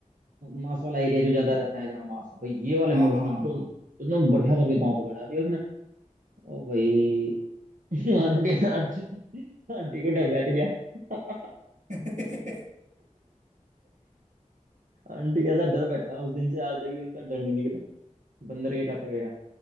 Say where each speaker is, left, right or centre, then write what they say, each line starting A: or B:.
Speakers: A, on the right; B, on the right.
A: मांस वाला एरिया जो ज्यादा रहता है जहाँ मांस भाई ये वाले
B: हाँ
A: में उसने
B: हाँ हाँ
A: दो
B: हाँ।
A: उसने बढ़िया करके दांत गड़ा दिया उसने ओ भाई <laughs> आंटी आंटी आंटी को डर बैठ गया <laughs>
B: <laughs>
A: आंटी कैसा डर बैठा उस दिन से आज तक भी उनका डर नहीं निकला बंदर के काटे हुए का